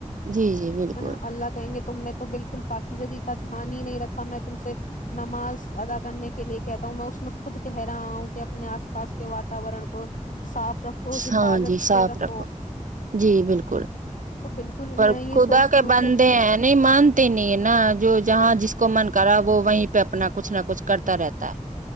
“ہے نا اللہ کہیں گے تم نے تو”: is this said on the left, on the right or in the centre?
Left